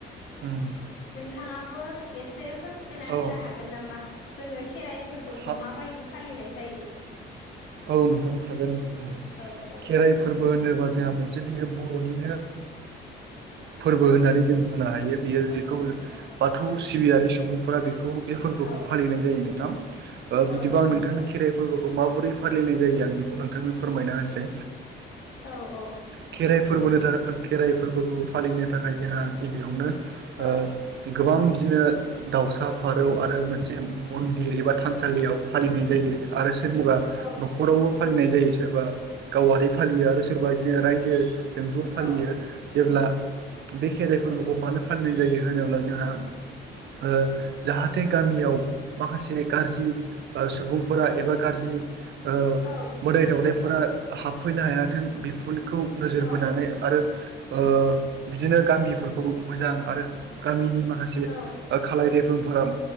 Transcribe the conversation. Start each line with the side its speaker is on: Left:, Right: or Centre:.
Right: ओम
Left: नोंथाङाबो एसे फोरमना
Right: औ
Left: होनो हागोन नामा जोङो खेराइ फोरबोखौ
Right: हा
Left: माबायदि फालिनाय जायो
Right: औव नोंथांनो हागोन आंडो
Left: औ औ नोंथां
Right: फोरबो होनोबा जोंहा मोनसे बियो बर'निनो फोरबो होननानै जों बुंनो हायो बियो
Left: औ
Right: जिखौ
Left: नंगौ नोंथां
Right: बाथौ सिबियारि सुबुंफोरा बेखौ बे फोरबोखौ
Left: औ
Right: फालिनाय जायोमोन नोंथां
Left: औ
Right: बिदिबा
Left: नंगौ
Right: आं
Left: नोंथां
Right: नोंथांनि खेराइ फोरबोखौ माबोरै फारिलिनाय जायो आं बेखौ नोंथांनो फोरमायना होनोसै
Left: औ औ
Right: खेराइ फोरबोनि थाखाय खेराइ फोरबोखौ फालिनो थाखाय जोंहा गिबियावनो
Left: औ
Right: ओ गोबां बिदिनो दावसा फारौ आरो मोनसे मन्दिर एबा थानसालियाव फालिनाय जायो आरो सोरनिबा
Left: औ
Right: न'खरावबो फालिनाय जायो सोरबा गावारि फालियो आरो सोरबा बिदिनो रायजो जों ज'फालियो
Left: औ
Right: जेब्ला बे खेराइ फोरबोखौ मानो फाननाय जायो होनोब्ला जोंहा ओ। जाहाथे गामियाव माखासे गाज्रि ओ सुबुंफोरा एबा गाज्रि। ओ
Left: औ
Right: मोदाय दावदनायफोरा हाबफैनो हायाथों बिफोरखौ। नोजोर
Left: औ
Right: बोनानै आरो। ओ बिदिनो गामिफोरखौ मोजां आरो गामिनि माखासे। ओ
Left: औ
Right: खालाय देफोरफोरा